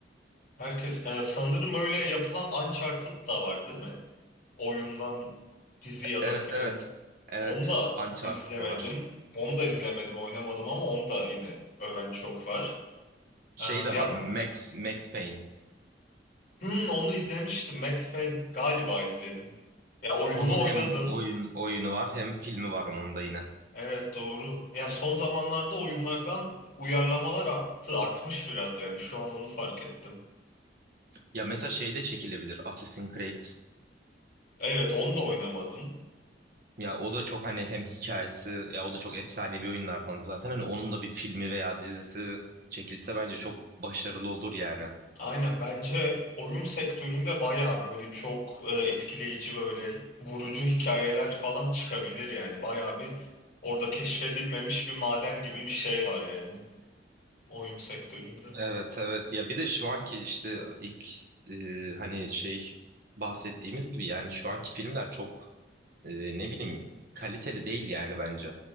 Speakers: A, on the left; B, on the right.
A: Herkes e, sanırım öyle yapılan Uncharted da var değil mi? Oyundan dizi ya
B: Evet
A: da film.
B: evet. Evet,
A: Onu da
B: Uncharted
A: izlemedim.
B: da var.
A: Onu da izlemedim, oynamadım ama onu da yine öven çok var.
B: Şey
A: Ee,
B: de
A: Ya
B: var. Max Max Payne.
A: Hmm, onu izlemiştim. Max Payne galiba izledim. Ya oyununu
B: Onun
A: oynadım.
B: hem oyun oyunu var hem filmi var onun da yine.
A: Evet doğru. Ya son zamanlarda oyunlardan uyarlamalar arttı. Artmış biraz yani. Şu an onu fark ettim.
B: Ya mesela şey de çekilebilir. Assassin's Creed
A: Evet onu da oynamadım.
B: Ya o da çok hani hem hikayesi ya o da çok efsanevi oyunlardan zaten. Hani onun da bir filmi veya dizisi çekilse bence çok başarılı olur yani.
A: Aynen bence oyun sektöründe baya böyle çok e, etkileyici böyle vurucu hikayeler falan çıkabilir yani. Baya bir orada keşfedilmemiş bir maden gibi bir şey var yani oyun sektöründe.
B: Evet evet ya bir de şu anki işte ilk e, hani şey bahsettiğimiz gibi yani şu anki filmler çok e, ne bileyim kaliteli değil yani bence.